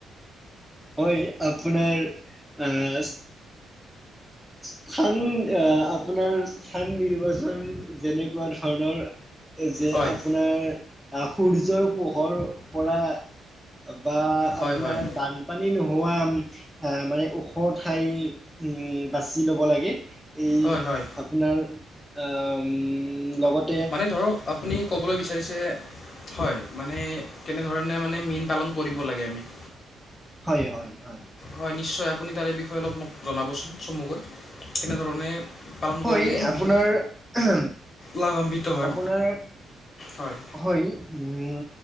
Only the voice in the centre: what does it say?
হয়, আপোনাৰ আচ স্থান আ আপোনাৰ স্থান নিৰ্বাচন যেনেকুৱা ধৰণৰ যে
আপোনাৰ আ সূৰ্যৰ পোহৰ পৰা বা
আপোনাৰ
বান পানী নোহোৱা আ মানে ওখ ঠাই ও বাচি ল'ব লাগে। এই
আপোনাৰ আ উম লগত
হয়, হয়, হয়।
হয়, আপোনাৰ
<unintelligible>
আপোনাৰ
হয়, উ